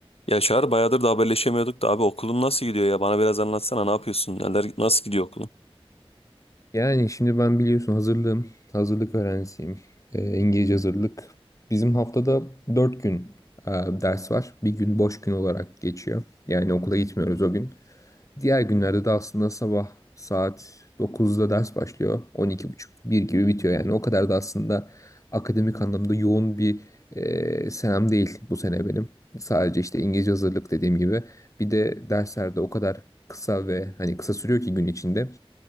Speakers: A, on the left; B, on the left.
A: Ya Çağrı bayağıdır da haberleşemiyorduk da abi okulun nasıl gidiyor ya? Bana biraz anlatsana ne yapıyorsun? Neler nasıl gidiyor okulun?
B: Yani şimdi ben biliyorsun hazırlığım, hazırlık öğrencisiyim. Ee, İngilizce hazırlık. Bizim haftada 4 gün e, ders var. Bir gün boş gün olarak geçiyor. Yani okula gitmiyoruz o gün. Diğer günlerde de aslında sabah saat dokuzda ders başlıyor. on iki buçuk bir gibi bitiyor yani. O kadar da aslında akademik anlamda yoğun bir e, senem değil bu sene benim. Sadece işte İngilizce hazırlık dediğim gibi. Bir de derslerde o kadar kısa ve hani kısa sürüyor ki gün içinde.